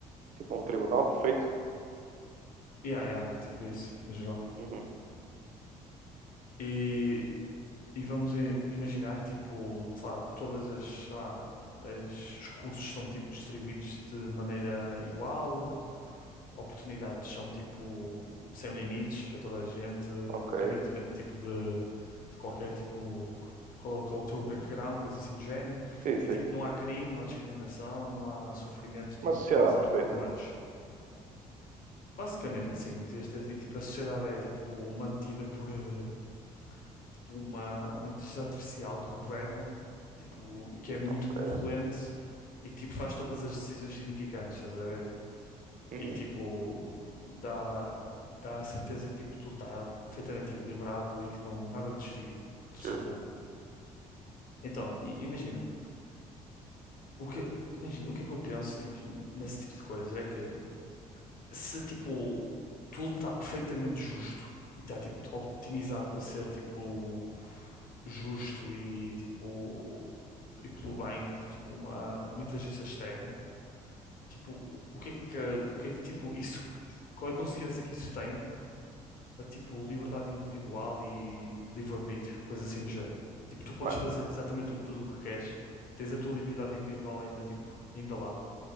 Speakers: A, on the right; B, on the left.
A: Tipo um tribunal perfeito?
B: Yeah, yeah, tipo isso, no geral.
A: Uhum.
B: E E vamos i- imaginar que, tipo, sei lá, todas as, sei lá, as- os recursos estão, tipo, distribuídos de maneira igual, oportunidades são, tipo, sem limites para toda a gente,
A: Ok.
B: independentemente, tipo, de, de qualquer, tipo, qual, qual é o teu background, coisa assim do género.
A: Sim, sim.
B: E, tipo, não há crime, não há discriminação, não há sofrimento, tipo,
A: Uma sociedade
B: causado
A: perfeita.
B: por humanos. Basicamente, sim. este- E, tipo, a sociedade é, tipo, mantida por... eh, tipo uma, uma inteligência artificial que governa, tipo, que é muito
A: Ok.
B: benevolente e que tipo faz todas as decisões significantes, estás a ver?
A: Uhum.
B: E que tipo dá, dá a certeza que tipo tudo está perfeitamente equilibrado e que não nada desvio do
A: Justo.
B: seu rumo. Então, i- imagina, o que imagina, o que é que eu penso tipo nesse tipo de coisas é que se tipo tudo está perfeitamente justo e está tipo optimizado para ser tipo justo e tipo e pelo bem por tipo uma, uma inteligência externa, tipo, o que é que, o que é que tipo isso, qual é a consequência que isso tem a tipo liberdade individual e livre-arbítrio, coisa assim do género. Tipo, tu podes
A: Mano,
B: fazer exatamente o- tudo o que queres, tens a tua liberdade individual ainda tipo, ainda lá,